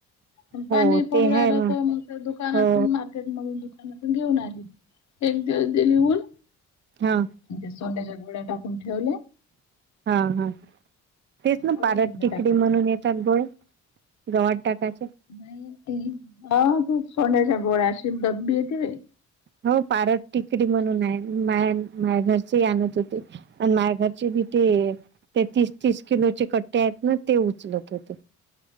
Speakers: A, on the left; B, on the right.
A: अन पाणी
B: हो
A: पडू
B: ते आहे
A: राहिलं होतं, मग त्या दुकानात
B: हो
A: मार्केट मधून दुकानातून घेऊन आली एक दिवस दिली ऊन.
B: हां.
A: म्ह तेे सोंड्याच्या गोळ्या टाकून ठेवल्या.
B: हा, हा तेच ना
A: भरून
B: पारट
A: ठेवले
B: टेकडी
A: टाकीत.
B: म्हणून येक त्यात गोळ्या गवात टाकायच्या.
A: नाही ते हे ह खूप सोंड्याच्या गोळ्या असशील दबबी येेते की
B: हो पारत टिकडी म्हणून आहे माया माया घरची आणत होती. आणि माया घरचे बी ते ते तीस तीस किलोचे गट्टे आहेत ना ते उचलत होते.